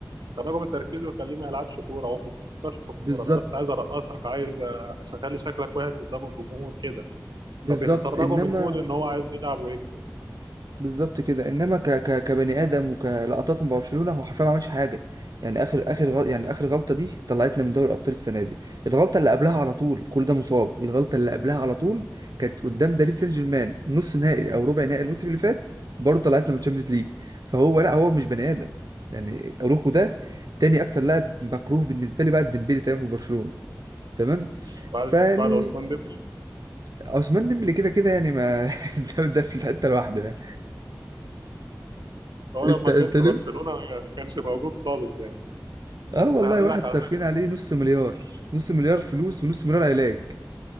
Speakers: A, on the right; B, on the right.
A: يخرجوا من تركيزه ويخليه ما يلعبش كوره هو ما بيفكرش في الكوره
B: بالظبط
A: انا بس عايز ارقصك عايز أ- اخلي شكلك وحش قدام الجمهور كده
B: بالظبط
A: فبيخرجوا
B: انما
A: من مود ان هو عايز يلعب ويكسب
B: بالظبط كده انما ك ك كبني ادم وكلقطات من برشلونه هو حرفيا ما عملش حاجه يعني اخر اخر غل... يعني اخر غلطه دي طلعتنا من دوري الابطال السنه دي الغلطه اللي قبلها على طول كل ده مصاب الغلطه اللي قبلها على طول كانت قدام باريس سان جيرمان نص نهائي او ربع نهائي الموسم اللي فات برضه طلعتنا من الشامبيونز ليج فهو لا هو مش بني ادم يعني اروخو ده تاني اكتر لاعب مكروه بالنسبه لي بعد ديمبلي تمام في برشلونه تمام
A: بعد
B: فيعني
A: بعد عثمان ديمبلي
B: عثمان ديمبلي كده كده يعني ما <laughs> ده ده في حته لوحده
A: هو
B: انت
A: لما
B: انت
A: كان في
B: نمت
A: برشلونة ما كانش موجود خالص يعني
B: اه
A: بس
B: والله
A: هقول
B: واحد
A: لك على
B: صارفين
A: حاجة
B: عليه نص مليار نص مليار فلوس ونص مليار علاج